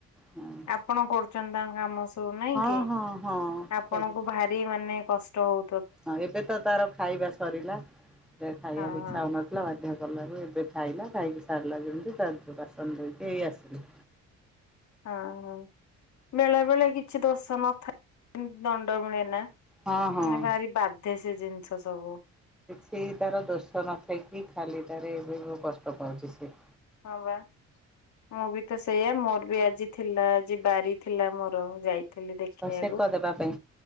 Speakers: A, in the centre; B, on the left (about 70°).
A: ହଁ
B: ଆପଣ କରୁଛନ୍ତି ତାଙ୍କ କାମ ସବୁ ନାଇଁ
A: ହଁ
B: କି।
A: ହଁ ହଁ
B: ଆପଣଙ୍କୁ
A: ସବୁ
B: ଭାରି ମାନେ କଷ୍ଟ ହଉ
A: ହଁ ଏବେ ତ ତାର ଖାଇବା ସରିଲା ଏ ଖାଇବାକୁ
B: ହଁ
A: ଇଚ୍ଛା
B: ହଁ।
A: ହଉନ ଆସା ବାଧ୍ୟ କଲାରୁ ଏବେ ଖାଇଲା, ଖାଇକି ସାରିଲା ଯେମିତି ତା ବାସନ ଧୋଇକି ଏଇ ଆସିଲି।
B: ହଁ ହଁ ବେଳେ ବେଳେ କିଛି ଦୋଷ ନଥାଏତି ଦଣ୍ଡ ମିଳେ ନା। ମାନେ
A: ହଁ ହଁ।
B: ଭାରି ବାଧେ ସେ ଜିନିଷ ସବୁ।
A: ସେ ତାର ଦୋଷ ନଥାଇକି ଖାଲି ଟାରେ ଏବେ ବି କଷ୍ଟ ପାଉଛି ସେ।
B: ହଁ ବା। ମୁଁ ବି ତ ସେଇଆା ମୋର ବି ଆଜି ଥିଲା ଆଜି ବାରି ଥିଲା ମୋର ଯାଇ ଦେଖେଇବାକୁ
A: ସେକ ଦେବା ପାଇଁ